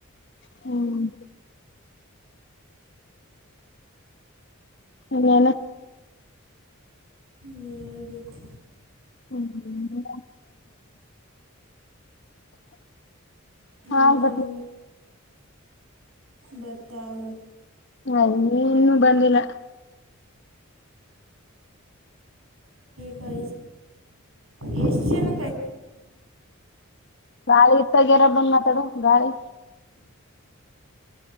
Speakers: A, on the left; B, on the right.
A: ಹ್ಮ್ ಅನಾನ
B: ನಳ್ಬೇಕು
A: ಹ್ಮ್ ಹಾ
B: ಇನ್ನೇನು
A: ಬ
B: ಬತ್ತಾಲಲು
A: ಹ ನೀ ಇನ್ನು ಬಂದಿಲ್ಲ
B: ಗಐ ಏಷಿಯನ್
A: ನಾಳೆ ಇತ್ತಾಗ್ಯಾರ ಬಂದ್ ಮಾತಾಡ ಗಾಡಿ